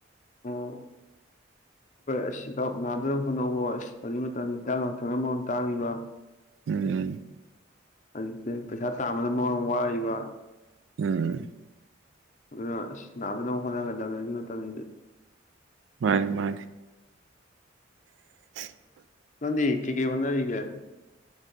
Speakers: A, on the left; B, on the right.
A: ꯑꯣ ꯑꯁ ꯏꯇꯥꯎ ꯅꯥꯗꯅꯕ ꯍꯣꯠꯅꯧꯀꯣ ꯏꯁ ꯍꯧꯖꯤꯛ ꯃꯇꯝꯖꯤ ꯍꯤꯗꯥꯛ ꯂꯥꯡꯊꯛꯅ ꯃꯔꯣꯝ ꯇꯥꯡꯉꯤꯕ
B: ꯎꯝ
A: ꯍꯧꯖꯤꯛꯁꯦ ꯄꯩꯁꯥ ꯇꯥꯝꯕꯅ ꯃꯔꯣꯝꯃ ꯋꯥꯔꯤꯕ
B: ꯎꯝ
A: ꯑꯗꯨꯅ ꯑꯁ ꯅꯥꯗꯅꯕ ꯍꯣꯠꯅꯒꯗꯝꯅꯤ ꯑꯅꯤ ꯃꯇꯝꯖꯤ
B: ꯃꯥꯅꯦ ꯃꯥꯅꯦ <inaudible>
A: ꯅꯪꯗꯤ ꯀꯩ ꯀꯩ ꯍꯣꯠꯅꯔꯤꯒꯦ